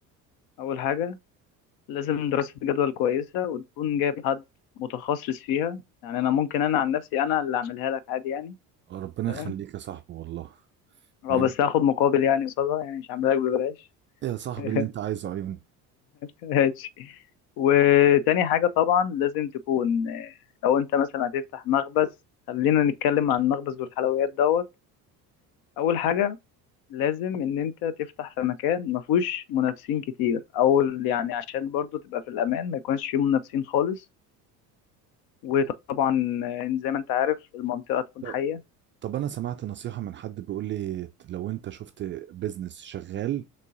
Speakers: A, on the left (about 50°); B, on the right (about 25°).
A: اول حاجه لازم دراسه جدول كويسه وتكون جايب حد متخصص فيها يعني انا ممكن انا عن نفسي انا اللي اعملها لك عادي يعني
B: ربنا
A: فاهم
B: يخليك يا صاحبي والله
A: اه
B: يعني
A: بس هاخد مقابل يعني قصادها يعني مش هعملها لك ببلاش
B: يا صاحبي
A: <laughs>
B: اللي انت عايزه عيوني
A: ماشي وتاني حاجه طبعا لازم تكون آه، لو انت مثلا هتفتح مخبز خلينا نتكلم عن المخبز والحلويات دوت اول حاجه لازم ان انت تفتح في مكان ما فيهوش منافسين كتير او يعني عشان برضو تبقى في الامان ما يكونش فيه منافسين خالص وطبعا آه، زي ما انت عارف المنطقة تكون
B: طب-
A: حية
B: طب انا سمعت نصيحة من حد بيقول لي لو انت شفت بيزنس شغال